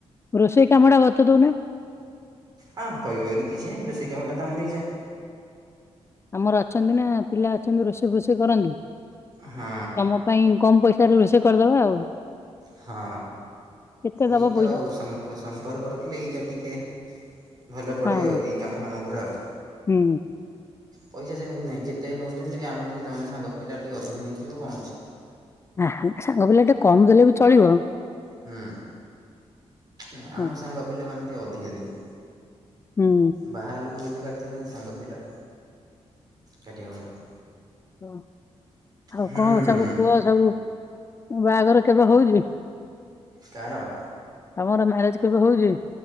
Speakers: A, on the left; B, on the right.
A: ରୋଷେଇ କାମ ଟା ମୋତେ ଦଉନା।
B: ହଁ କହିବ ଯଦି କିଛି ନାହିଁ ରୋଷେଇ କାମଟା ତୋମେ ନେଇଯା।
A: ଆମର ଅଛନ୍ତି ନା ପିଲା ଅଛନ୍ତି ରୋଷେଇ ଫୋଷେଇ କରନ୍ତି।
B: ହଁ।
A: ତମ ପାଇଁ କମ ପଇସାରେ ରୋଷେଇ କରିଦବା ଆଉ।
B: ହଁ
A: କେତେ ଦବ
B: ଏଇ ତ
A: ପଇସା
B: ଆଉ ସମ୍ପ ସମ୍ପର୍କ ରଖିଲେ ଏଇଟା ଟିକେ ଭଲ ପଡ଼େ
A: ହଁ
B: ଆଉ,
A: ହଁ।
B: ଏଇ କାମ ଫାମ ଗୁରାକ।
A: ହୁଁ
B: ପଇସା ସେମିତି ନାହିଁ ଯେତେ ନେଉଚନ୍ତି ଆମର ଟିକେ ତମେ ସାଙ୍ଗ ପିଲା ଟିକେ ଅଧିକ ନେଇଯିବ କଁ ଅଛି।
A: ଆଃ ସାଙ୍ଗ ପିଲାଟେ କମ୍ ଦେଲେ ବି ଚଳିବ।
B: ହୁଁ ନାଇଁ
A: ହଁ
B: ଆମ ସାଙ୍ଗ ପିଲା ଆମେ ଟିକେ ଅଧିକା ଦୋଉ।
A: ହୁଁ।
B: ବାହାର୍ ଲୋକ ହେଇଥିଲେ କାଟିଥାନ୍ତି ସାଙ୍ଗ ପିଲା କାଟି ହବନି।
A: ଓ ଆଉ
B: ହୁଁ
A: କଁ ସବୁ କୁହ ସବୁ ବାହାଘର କେବେ ହୋଉଚି?
B: କାହାର?
A: ତମର ମ୍ୟାରେଜ୍ କେବେ ହଉଚି?